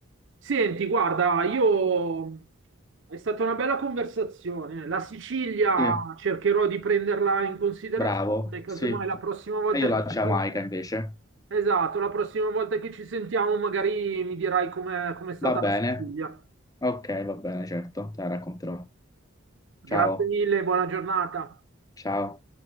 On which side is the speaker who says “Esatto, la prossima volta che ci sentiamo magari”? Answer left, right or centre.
Right